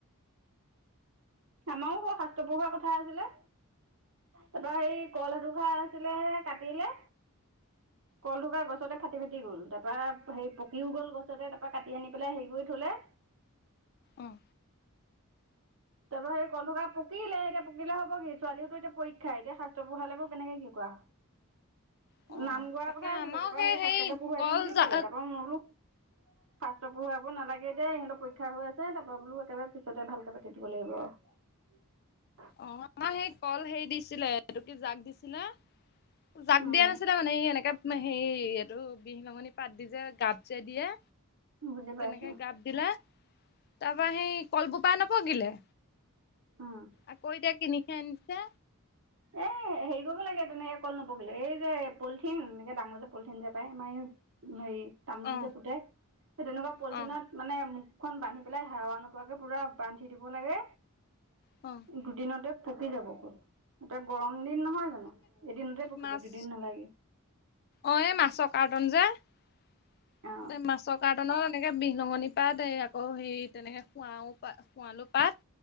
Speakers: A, on the right; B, on the left.
A: আমাৰো বৰ শাস্ত্ৰ পঢ়ুৱা হোৱা কথা আছিলে তাৰপৰা সেই কল এথোকা ভাল আছিলেহে কাটিলে কল কা গছতে ফাটি ফাটি গ'ল তাৰপৰা হেৰি পকিও গ'ল গছতে তাৰ পৰা কাটি আনি পেলাই হেৰি কৰি থলে <inaudible>
B: আহ
A: তাৰ পৰা সেই কল থোকা পকিলে এতিয়া পকিলে হব কি ছোৱালীহতৰ এতিয়া পৰীক্ষা এতিয়া শাস্ত্ৰ পঢ়ালে বৰ কেনেকে কি কৰা
B: অ
A: <inaudible> নাম গোৱাৰ
B: তাকে
A: কথাই আছিলে
B: আমাৰো
A: তাৰ পৰা সেই
B: হেৰি
A: শাস্ত্ৰকে পঢ়োৱাই
B: কল
A: দিওঁ বুলি
B: জা
A: কলে তাৰপৰা মই বোলো। শাস্ত্ৰ পঢ়াব নালাগে এয়া ইহঁতৰ পৰীক্ষা হৈ আছে তাৰ পৰা বোলো একবাৰে পিছতে ভালকে পাতিম <unintelligible>
B: অ আমাৰ সেই কল হেৰি দিছিলে এই ত কি জাক দিছিলে জাক
A: উম
B: দিয়া নাছিলে মানে এই হেনেকে হেই আৰু বিলঙনি পাত দি যে গাপ যে দিয়ে।
A: বুজি পাইছো
B: তেনেকে গাপ দিলে তাৰ পৰা সেই কলবোপা নপগিলে
A: অ-
B: আকৌ এতিয়া কিনি হে আনিছে।
A: এ হেৰি কৰিব লাগে তেনেকে কল নপকিলে এই যে পলিথিন এনেকে ডাঙৰ যে পলিথিন যে পায় আমাৰ এই হেৰি তামোল
B: অ
A: যে পোতে তেনেকুৱা পলিথিনত
B: অ
A: মানে মুখখন বান্ধি পেলাই হেৱা নোপোৱাকে পুৰা বান্ধি দিব লাগে
B: অ
A: দুদিনতে পকি যাব কল এতিয়া গৰম দিন নহয় জানো এদিনতে পকিব
B: মাছ
A: দুদিন নালাগে।
B: অ এই মাছৰ কাৰ্টন যে এ
A: অঁ
B: মাছৰ কাৰ্টনৰ এনেকৈ বিলঙনি পাত আকৌ হেৰি তেনেকৈ খুৱাও খুৱালোঁ <unintelligible> পাত